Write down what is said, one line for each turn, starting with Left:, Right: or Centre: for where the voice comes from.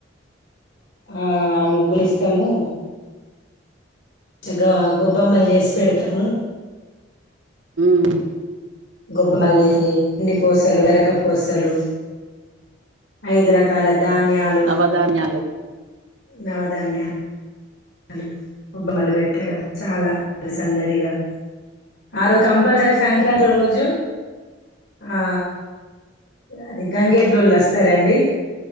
Left: ఆ ఆ ముగ్గులు ఇస్తము చగా గొబ్బమ్మలు చేసి పెడతము
Right: ఉ ఉ
Left: గొబ్బమల్ చేసి పిండి పూసలు గరక పూసలు ఐదు రకాల ధాన్యల్
Right: నవదాన్యాలు
Left: నవదాన్య లు గొబ్బమలు పెట్టడం చాలా సందడిగా ఆ రోజు కంపల్సరీ సంక్రాంతి రోజు ఆ అది గంగేడ్లోళ్ళు వస్తారండి